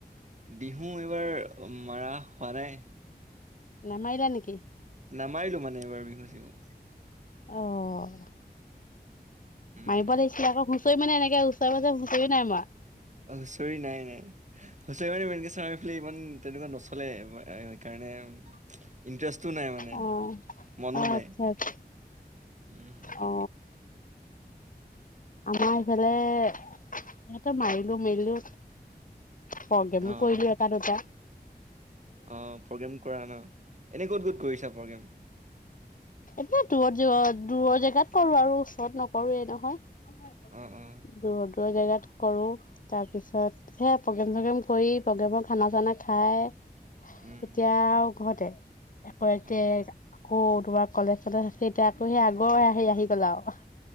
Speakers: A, on the right; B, on the left.
A: বিহু এইবাৰ মৰা হোৱা নাই।
B: নামাৰিবা নেকি?
A: নামাৰিলো মানে এইবাৰ বিহু চিহু।
B: অ'
A: উম,
B: মাৰিব লাগিছিলে আকৌ। তুমি মানে এনেকে ওচৰ পাজে হুচৰি নাই মৰা?
A: হুচৰি নাই নাই। হুচৰি মানে <unintelligible> ইমান তেনেকুৱা নচলে সেইকাৰণে ইণ্টাৰেষ্ট টো নাই মানে।
B: অ
A: মনো
B: অ
A: নাই।
B: আচ্ছা আচ্ছা
A: উম।
B: অ আমাৰ ইফালে, সিহঁতে মাৰিলো-মেলিলো প্ৰগেমো
A: অ',
B: কৰিলো এটা-দুটা।
A: অ', প্ৰগ্ৰেম কৰা ন? এনে ক'ত ক'ত কৰিছা প্ৰগ্ৰেম?
B: একে দূৰত-দূৰত, দূৰৰ জেগাত কৰো আৰু ওচৰত নকৰোয়ে নহয়।
A: অ', অ',
B: দূৰ-দূৰ জেগাত কৰো। তাৰপিছত, সেয়া প্ৰগ্ৰেম-চগ্ৰেম কৰি, প্ৰগ্ৰেমৰ খানা-চানা খাই
A: উম,
B: এতিয়া আও ঘৰতে। আকৌ একে
A: অ', অ',
B: আকৌ কবাত কলেজ-চলেজ আছে। এতিয়া আকৌ সেই আগৰ হেই আহি গ'ল আৰু।